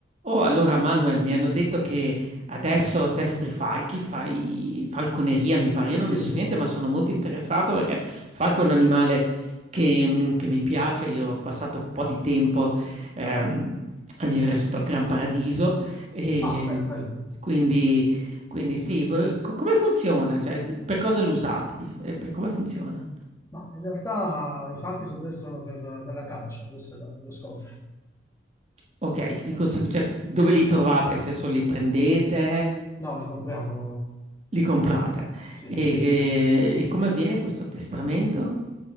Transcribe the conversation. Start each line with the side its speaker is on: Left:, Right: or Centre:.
Right: Oh, allora Manuel, mi hanno detto che adesso addestri falchi, fai falconeria, mi pare. Io
Left: Sì,
Right: non ne so niente, ma sono molto interessato perché il falco è un animale che, mm, che mi piace. Io ho passato un po' di tempo ehm, a vivere sotto il Gran Paradiso e
Left: ah, bene, bene.
Right: quindi, quindi sì, v- co- come funziona? Cioè, per cosa lo usate? Di- eh, per- come funziona?
Left: Ma in realtà i falchi si addestrano per, per la caccia, questo è la- lo scopo.
Right: Ok, di conseguenza, cioè, dove li trovate? Nel senso, li prendete?
Left: No, li compriamo.
Right: Li comprate.
Left: Sì,
Right: E,
Left: sì, sì.
Right: e come avviene questo addestramento?